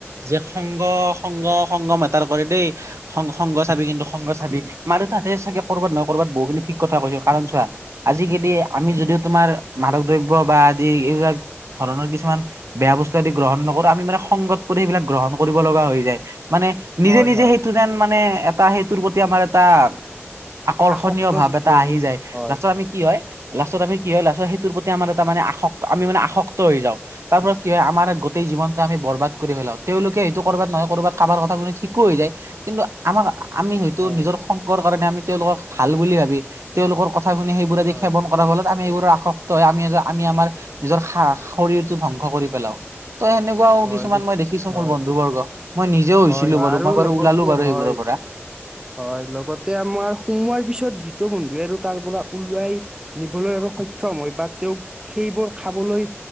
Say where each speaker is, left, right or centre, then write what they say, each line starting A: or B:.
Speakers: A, on the right (about 80°); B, on the right (about 15°).
A: যে সংগ সংগ সংগ মেটাৰ কৰে দেই সং সংগ চাবি কিন্তু সংগ চাবি মান তাতে চাগে কৰবাত নহয় কৰবাত বহুখিনি ঠিক কথা কৈছো কাৰণ চোৱা আজিকালি আমি যদিও তোমাৰ মাদক দ্ৰব্য বা আদি এইবিলাক ধৰণৰ কিছুমান বেয়া বস্তু আদি গ্ৰহণ নকৰো আমি মানে সংগত পৰি সেইবিলাক গ্ৰহণ কৰিব লগা হৈ যায়। মানে নিজে
B: হয়
A: নিজে
B: হয়
A: সেইটো যেন মানে এটা সেইটোৰ প্ৰতি আমাৰ এটা আকৰ্ষণীয়
B: আসক্ত
A: ভাৱ
B: যিটো
A: এটা
B: আৰু
A: আহি যায়
B: হয়
A: লাষ্টত আমি কি হয় লাষ্টত আমি কি হয় লাষ্টত সেইটোৰ প্ৰতি আমাৰ এটা মানে আসক আমি মানে আসক্ত হৈ যাওঁ। তাৰ পৰা কি হয় আমাৰ গোটেই জীৱনটো আমি বৰবাদ কৰি পেলাও তেওঁলোকে এটো কৰবাত নহয় কৰবাত কাৰবাৰ কথা শমানে ঠিকো হৈ যায় কিন্তু আমাক আমি হয়তো
B: হয়
A: নিজৰ সংগৰ কাৰণে আমি তেওঁলোকক ভাল বুলি ভাবি তেওঁলোকৰ কথা শুনি সেইবোৰ আদি
B: হয়
A: সেৱন কৰাৰ ফলত আমি এইবোৰো আসক্ত হয় আমি আমি আমাৰ নিজৰ শৰীৰটো ধ্বংস কৰি পেলাও। তই সেনেকুৱাও
B: হয়
A: কিছুমান
B: গ
A: মই দেখিছো
B: হয়
A: মোৰ বন্ধু বৰ্গ মই নিজেও হৈছিলো
B: হয় হয়
A: বাৰু
B: আৰু
A: মই বাৰু
B: লগতে
A: ওলালো বাৰু
B: হয়
A: সেইবোৰৰ পৰা। <inaudible>
B: হয় লগতে আমাৰ সুমোৱাৰ পিছত যিটো বন্ধুৱে আৰু তাৰ পৰা উওলোৱাই নিবলৈ আৰু সক্ষম সক্ষম হয় বা তেওঁক সেইবোৰ খাবলৈ